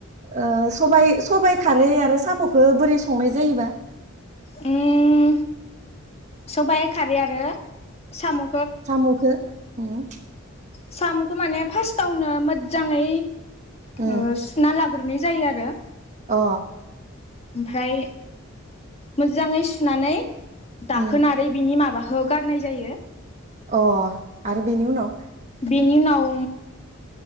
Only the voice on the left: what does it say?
उम सबाइ खारै आरो साम'
साम'खौ माने फार्स्टावनो मोजाङै
ओ सुना लाग ग्रोनाय जायो आरो।
ओमफ्राय मोजाङै सुनानै दाखोनारै
बिनि माबाखौ हो गारनाय जायो।
बेनि उनाव